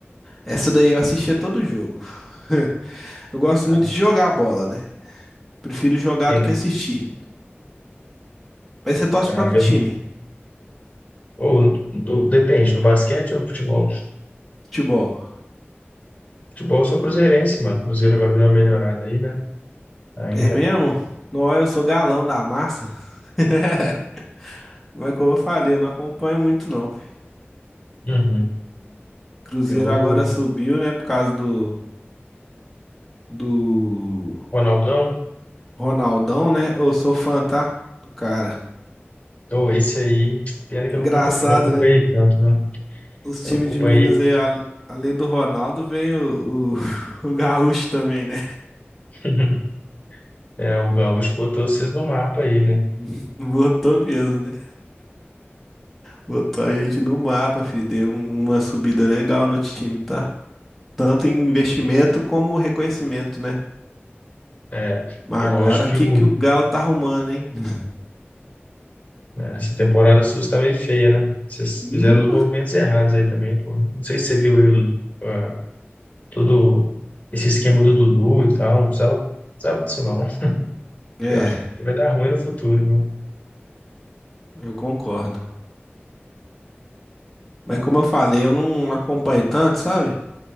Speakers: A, in the centre; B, on the left.
A: Essa daí eu assistia todo jogo. <laughs> Eu gosto
B: Ah,
A: muito
B: não,
A: de
B: mas
A: jogar bola, né? Prefiro jogar
B: tem,
A: do
B: né?
A: que assistir. Mas você torce
B: Ah,
A: pra que
B: eu...
A: time?
B: Ou, do- depende, do basquete ou do futebol?
A: Futebol.
B: Futebol eu sou cruzeirense, mano. Cruzeiro agora deu uma melhorada aí, né? Ainda.
A: É mesmo? Não, eu sou galão da massa. <laughs> Mas como eu falei, eu não acompanho muito, não.
B: Uhum.
A: Cruzeiro
B: Eu,
A: agora subiu, né? Por causa do, do
B: Ronaldão,
A: Ronaldão, né? Eu sou fã, tá? Do cara.
B: oh, esse aí, pena
A: Engraçado,
B: que eu não acompanhei, eu não acompanhei
A: né?
B: tanto, né?
A: Os
B: Eu
A: times
B: acompanhei,
A: de Minas aí, a- além do Ronaldo, vem o, o, <laughs> o Gaúcho também, né?
B: <laughs> é, o Gaúcho botou vocês no mapa aí, né?
A: <laughs> Botou mesmo, né? Botou a gente no mapa, filho. Deu um- uma subida legal no time, tá? Tanto em investimento como reconhecimento, né?
B: É,
A: Mas
B: eu
A: agora,
B: acho
A: o
B: que
A: que
B: o
A: que o Galo tá arrumando, hein? <laughs>
B: É, Essa temporada sua está bem feia, né? Vocês
A: Nu.
B: fizeram os movimentos errados aí também, pô. Não sei se você viu aí o, ah, todo esse esquema do Dudu e tal. Não precisava, precisava disso, não. né?
A: É,
B: Eu acho que vai dar ruim no futuro, viu?
A: eu concordo. Mas como eu falei, eu não acompanho tanto, sabe?